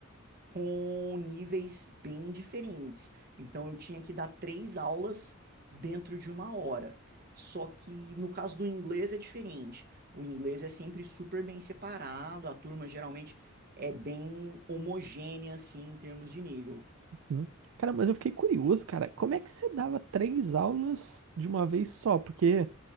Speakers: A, on the right; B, on the right.
A: com níveis bem diferentes. Então eu tinha que dar três aulas dentro de uma hora. Só que no caso do inglês é diferente. O inglês é sempre super bem separado, a turma geralmente é bem homogênea assim em termos de nível.
B: Hum. Cara, mas eu fiquei curioso, cara, como é que você dava três aulas de uma vez só? Porque